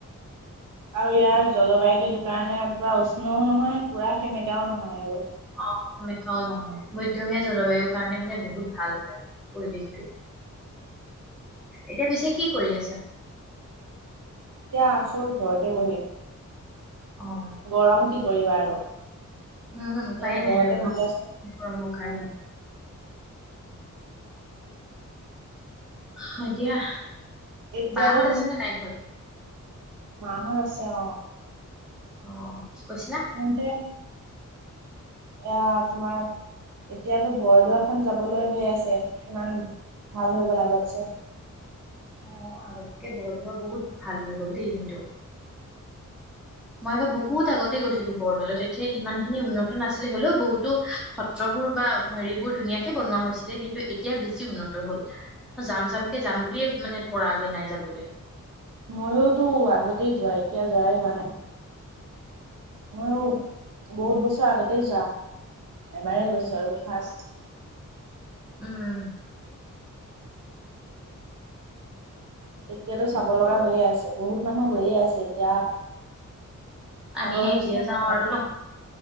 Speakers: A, on the right (about 80°); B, in the centre.
A: আৰু ইয়াৰ জলবায়ুটো এইটো কাৰণে পুৰা উষ্ণও নহয় পুৰা সেমেকাও নহয় আৰু।
B: অহ্ সে‌‌মেকাও নহয় মধ্যমীয়া জলবায়ুৰ কাৰণে মানে বহুত ভাল হল আৰু পৰিৱেশটো এতিয়া পিছে কি কৰি আছা।
A: এতিয়া আছো ঘৰতে বহি।
B: অ
A: গৰম কি কৰিবা আৰু।
B: উম উপায়
A: এ
B: নাই
A: ঘৰতে
B: আৰু
A: বহি
B: ন
A: আছো।
B: গৰমৰ কাৰণে।
A: উম,
B: হয় দিয়া।
A: এতিয়াতো
B: বা হত আছে, নে নাই ঘৰত?
A: মা হত আছে অ।
B: অ। কি কৈছিলা
A: আহোতে এয়া তোমাৰ, এতিয়াতো বৰদোৱাখন যাবলৈ হৈ আছে, ইমান ভাল হৈ গ আগতছে।
B: অ, আগতকে বৰদোৱা বহুত ভাল হৈ গ'ল দেই কিন্তু। মই একে বহুত আগতে গৈছিলো বৰদোৱালৈ, তেতিয়া ইমান খিনি উন্নত নাছিলে, হলেও বহুতো সত্ৰবোৰ বা হেৰিবোৰ ধুনীয়াকে বনোৱা হৈছিলে কিন্তু, এতিয়া বেছি উন্নত হ'ল। যাম যামকে যাম বুলিয়ে মানে পৰাগে নাই যাবলৈ।
A: ময়োতো আগতেই যোৱা, এতিয়া যোৱাই হোৱা নাই। ময়ো, বহুত বছৰ আগতেই যোৱা। এবাৰেই
B: হয়
A: গৈছো
B: নেকি
A: আৰু ফাৰ্ষ্ট।
B: উম।
A: এতিয়াটো চাব লগা হৈয়ে আছে, বহুত মানুহ গৈয়ে আছে এতিয়া।
B: আমি
A: আগৰ
B: হে
A: নিচিনা
B: কেতিয়া
A: নহয়
B: যাওঁ? আৰু নহ।